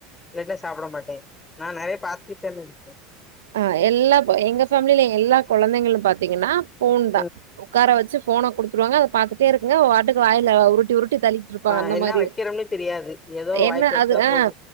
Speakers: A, on the left; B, on the right.
A: இல்லைட்னா சாப்புட மாட்டே நா நெறைய டாப்பி பண்ணது
B: ஆ எல்லாப்ப எங்க ஃபேம்லில எல்லா கொழந்தைங்களு பாத்தீங்கனா ஃபோன் தா
A: ம்
B: ஒக்கார வச் ச்சு ஃபோன குடுத்துருவாங்க அத பாத்துட்டே இருக்குனு அது வாட்டுக்கு வாய்ல உருட்டி உருட் ட்டி தள்ளிட்ருப்பாங்க
A: ஆ
B: அந்த
A: என்ன
B: மாரி
A: வைக்கிறோம்னே தெரியாது ஏதோ
B: என்ன
A: வாய்க்கு வச்சா
B: அது அ
A: போது